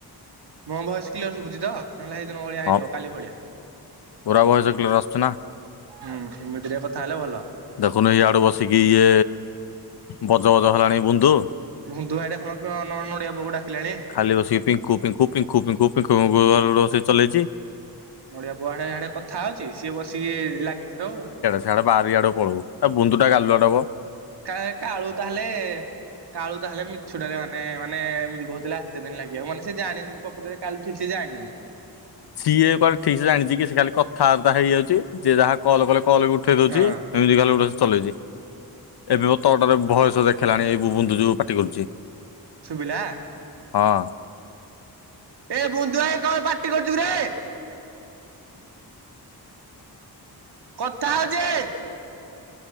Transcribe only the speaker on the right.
ମୋ ଭଏସ କ୍ଲିୟର ଶୁଭୁଚି ତ ନହେଲେ ହେଇଦିନ ଭଳିଆ
ହେଇଯିବ କାଲି ଭଳିଆ।
ହୁଁ ଏମିତିରେକେ କଥା ହେଲେ ଭଲ।
ମୁଧୁଆଡ଼େ ଖଣ ନଡ଼ିଆ ପକୁ ଡାକିଲାଣି।
ନଡିଆ ପୁହାଡେ ଯାଡେ କଥା ହଉଛି ସିଏ ବସିକି ଲାଗିଛି ତଉ।
କାଳୁ କାଳୁ ତାହେଲେ କାଳୁ ତାହେଲେ ମିଛୁଟାରେ ମାନେ ମାନେ ଏମିତି କହୁଥିଲେ ଆତେ ଦିନ ଲାଗିବ ମାନେ ସେ ଜାଣିନି। ପକୃତରେ କାଲି ଠିକ୍‌ ସେ ଜାଣିନି।
ହଁ
ଶୁଭିଲା?
ଏ ବୁନ୍ଧୁ ଭାଇ କଣ ପାର୍ଟି କରୁଛୁ ରେ। କଥା ହଉଛି!